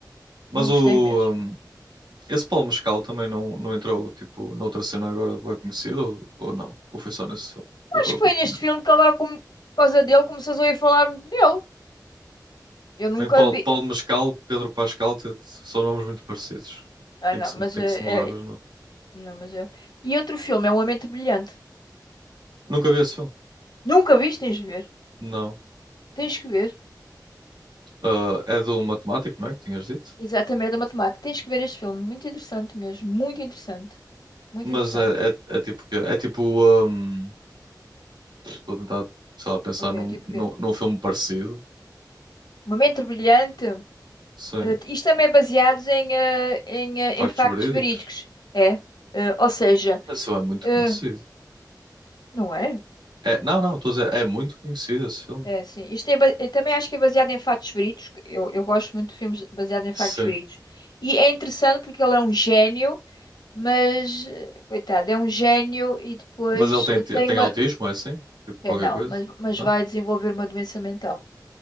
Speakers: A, on the right; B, on the left.
A: Mas
B: não gostei
A: o.
B: mesmo.
A: um, esse Paulo Mescal também não, não entrou, tipo, noutra cena agora bem conhecida ou, ou não? Ou foi só nesse filme? Ou estou
B: Acho que
A: a confundir?
B: foi neste filme que agora, como- por causa dele, começas a ouvir falar muito nele. Eu nunca
A: Bem, Paulo,
B: vi.
A: Paulo Mascal, Pedro Pascal, t- t- são nomes muito parecidos.
B: Ah,
A: Tem
B: não,
A: que se,
B: mas
A: tem
B: é,
A: que se mudar os
B: é-
A: nomes.
B: Não, mas eu. E outro filme, é Uma Mente Brilhante.
A: Nunca vi esse filme?
B: Nunca viste, tens de ver.
A: Não.
B: Tens que ver.
A: Ah, é do matemático, não é? Que tinhas dito?
B: Exatamente, é da matemática. Tens que ver este filme. Muito interessante mesmo. Muito interessante. Muito
A: Mas
B: interessante.
A: é, é, é tipo que é tipo. hum, estou a tentar, sei lá, pensar
B: O Ok,
A: num,
B: tipo
A: num,
B: o quê?
A: num filme parecido.
B: Uma Mente Brilhante.
A: Sim.
B: Eh, isto também é baseado em, eh, em, eh,
A: Factos
B: em factos
A: verídicos.
B: verídicos. É. Eh, ou seja,
A: Esse filme é muito
B: eh,
A: conhecido.
B: não é?
A: É, não, não, estou a dizer, é muito conhecido esse filme.
B: É, sim. Isto é, ba- eu também acho que é baseado em factos verídicos. que Eu, eu gosto muito de filmes baseados em
A: Sim.
B: factos verídicos. E é interessante porque ele é um gênio, mas, eh, coitado, é um gênio e depois
A: Mas ele tem,
B: eh, tem
A: tem
B: uma.
A: autismo, é assim? Tipo
B: é,
A: qualquer
B: não,
A: coisa?
B: mas, mas
A: Não?
B: vai desenvolver uma doença mental.